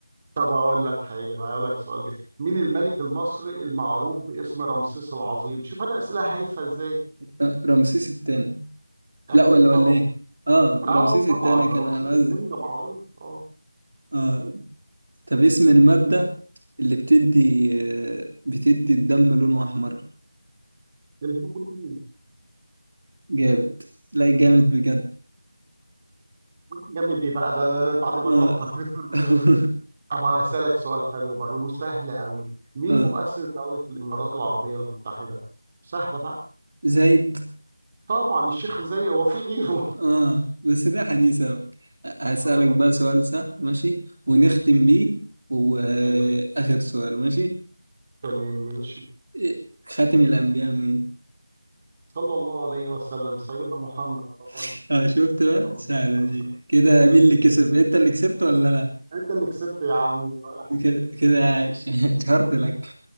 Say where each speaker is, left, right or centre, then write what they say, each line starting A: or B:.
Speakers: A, on the right; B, on the right.
A: طب اقول لك حاجه بقى اقول لك سؤال جاي مين الملك المصري المعروف باسم رمسيس العظيم شوف انا اسئله هايفه ازاي
B: آه، رمسيس الثاني
A: اكيد
B: لا ولا ولا
A: طبعا
B: ايه اه
A: اه
B: رمسيس الثاني
A: طبعا رمسيس
B: كان انا قصدي
A: الثاني ده معروف اه
B: اه طب اسم المادة اللي بتدي آه، بتدي الدم لونه احمر
A: الهيروغليفيين
B: جامد لا جامد بجد
A: جامد ايه بقى ده انا أنا بعد ما
B: اه
A: اتقطع <laughs> بيقول
B: <laughs>
A: لي جامد طب هسالك سؤال حلو برضه وسهل قوي مين
B: اه
A: مؤسس دوله الامارات العربيه المتحده سهله بقى
B: زايد
A: طبعا الشيخ زايد هو في غيره
B: اه بس ده حديث أوي هسألك
A: اه
B: بقى سؤال سهل ماشي ونختم بيه وآخر
A: تمام
B: سؤال ماشي
A: تمام ماشي
B: إيه، خاتم الأنبياء مين؟
A: صلى الله عليه وسلم سيدنا محمد طبعا
B: <laughs> اه شفت بقى
A: صلى
B: سهلة
A: الله عليه
B: دي
A: وسلم
B: كده
A: تمام
B: مين اللي كسب؟ أنت اللي كسبت ولا أنا؟
A: انت اللي كسبت يا عم بقى.
B: كده كده عايش <laughs> اتشهرت لك